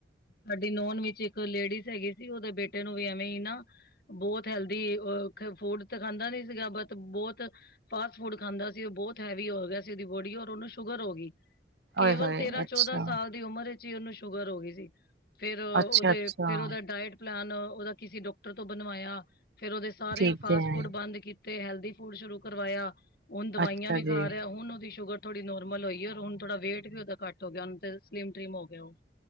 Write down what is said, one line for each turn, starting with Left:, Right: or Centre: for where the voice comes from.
Left: ਸਾਡੀ ਨੋਨ ਵਿੱਚ ਇੱਕ ਲੇਡੀਜ਼ ਹੈਗੀ ਸੀ ਉਹਦੇ ਬੇਟੇ ਨੂੰ ਵੀ ਐਵੇਂ ਹੀ ਨਾ ਬਹੁਤ ਹੈਲਦੀ ਅ ਫੂਡ ਤਾਂ ਖਾਂਦਾ ਨੀ ਸੀਗਾ ਬਸ ਬਹੁਤ ਫਾਸਟ ਫੂਡ ਖਾਂਦਾ ਸੀ ਉਹ ਬਹੁਤ ਹੈਵੀ ਹੋ ਗਿਆ ਸੀ ਉਹਦੀ ਬੋਡੀ ਔਰ ਉਹਨੂੰ ਸ਼ੂਗਰ ਹੋ ਗਈ। ਕੇਵਲ
Right: ਆਏ ਹਾਏ
Left: ਤੇਰਾਂ
Right: ਅੱਛਾ
Left: ਚੌਦਾਂ ਸਾਲ ਦੀ ਉਮਰ ਵਿੱਚ ਹੀ ਉਹਨੂੰ ਸ਼ੂਗਰ ਹੋ ਗਈ ਸੀ, ਫਿਰ ਉਹਦੇ
Right: ਅੱਛਾ ਅੱਛਾ
Left: ਫੇਰ ਉਹਦਾ ਡਾਇਟ ਪਲੈਨ ਉਹਦਾ ਕਿਸੀ ਡਾਕਟਰ ਤੋਂ ਬਣਵਾਇਆ, ਫੇਰ ਉਹਦੇ ਸਾਰੇ
Right: ਠੀਕ
Left: ਫਾਸਟ
Right: ਹੈ
Left: ਫੂਡ ਬੰਦ ਕੀ ਤੇ ਹੈਲਦੀ ਫੂਡ ਸ਼ੁਰੂ ਕਰਵਾਇਆ, ਹੁਣ ਦਵਾਈਆਂ
Right: ਅੱਛਾ
Left: ਵੀ ਖਾ
Right: ਜੀ
Left: ਰਿਹਾ ਹੁਣ ਉਹਦੀ ਸ਼ੂਗਰ ਥੋੜ੍ਹੀੋ ਨੋਰਮਲ ਹੋਈ ਐ, ਔਰ ਹੁਣ ਥੋੜਾ ਵੇਟ ਵੀ ਉਹਦਾ ਘੱਟ ਹੋ ਗਿਆ ਹੁਣ ਤੇ ਸਲਿਮ ਟਰਿਮ ਹੋ ਗਿਆ ਉਹ